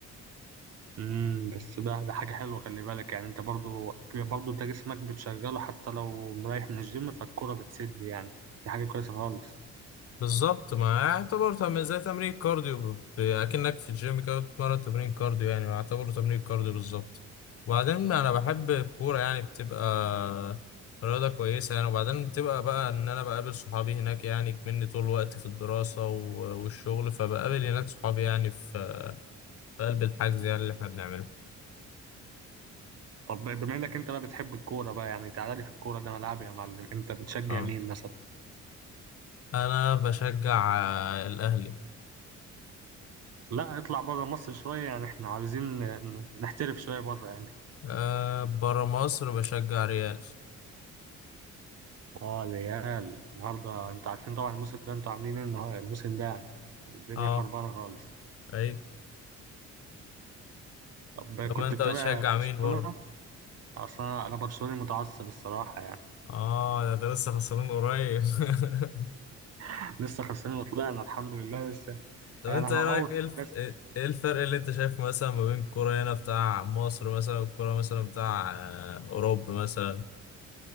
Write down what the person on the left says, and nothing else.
بالظبط ما يعتبر تم... زي تمرين كارديو ب... ب- أكنك في الجيم كده بتتمرن تمرين كارديو يعني يعتبر تمرين كارديو بالظبط وبعدين أنا بحب الكورة يعني بتبقى رياضة كويسة يعني وبعدين بتبقى بقى إن أنا بقابل صحابي هناك يعني مني طول الوقت في الدراسة و- والشغل فبقابل هناك صحابي يعني في في قلب الحجز يعني اللي احنا بنعمله
اه
انا بشجع آه، الاهلي
أه بره مصر بشجع ريال
اه
اي
طب
ما انت
بتشجع
مين بره
اه ده, ده لسه خسران قريب <laughs>
طب
انت
ايه رايك ايه الف-
ايه الفرق اللي انت شايفه مثلا ما بين الكوره هنا بتاع مصر مثلا والكوره مثلا بتاع آه، اوروبا مثلا